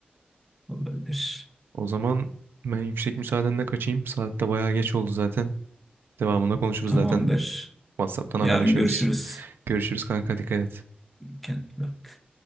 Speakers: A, in the centre; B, on the right.
A: Olabilir.
B: O zaman ben yüksek müsaadenle kaçayım. Saat de bayağı geç oldu zaten. Devamında konuşuruz
A: Tamamdır.
B: zaten. WhatsApp'tan haberleşiyoruz.
A: Yarın görüşürüz.
B: Görüşürüz kanka dikkat et.
A: Kendine iyi bak.